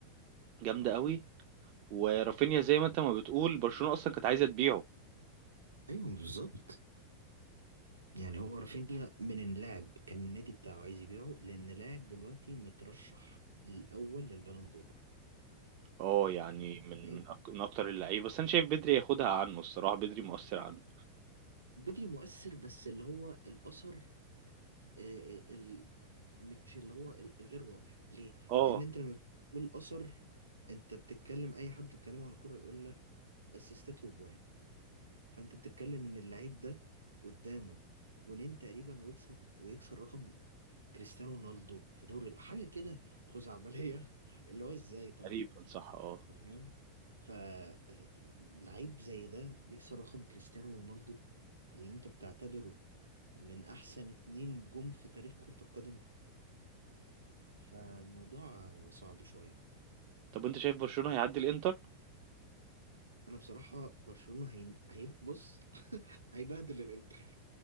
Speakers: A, on the right; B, on the right.
A: جامدة أوي، ورافينيا زي ما أنت ما بتقول برشلونة أصلًا كانت عايزة تبيعه،
B: ايوه بالظبط يعني هو رافينيا من اللاعب كان النادي بتاعه عايز يبيعه لان لاعب دلوقتي مترشح الاول للبالون دور
A: آه يعني
B: انت
A: من
B: متخيل
A: أك من أكتر اللعيبة، بس أنا شايف بدري ياخدها عنه الصراحة، بدري مؤثّر عنه،
B: بدري مؤثر بس اللي هو الاثر آه، آه، ال- مش اللي هو ال- الغير واضح ليه
A: آه.
B: لان انت لما بتقول اثر انت بتتكلم اي حد بيتكلمه على الكوره يقول لك اسيستات وجوان فانت بتتكلم ان اللعيب ده قدامه جونين تقريبا ويكسب ويكسر رقم كريستيانو رونالدو في دوري الأ- حاجه كده خزعبليه <laughs> اللي هو ازاي طيب
A: تقريبًا صح آه.
B: أنت فاهم فلعيب زي ده بيكسر رقم كريستيانو رونالدو اللي انت بتعتبره من احسن اتنين جم في تاريخ كرة القدم فالموضوع صعب شوية
A: طب وأنت شايف برشلونة هيعدّي الإنتر؟
B: أنا بصراحة برشلونة هي... هي... بص <laughs> هيبهدل الإنتر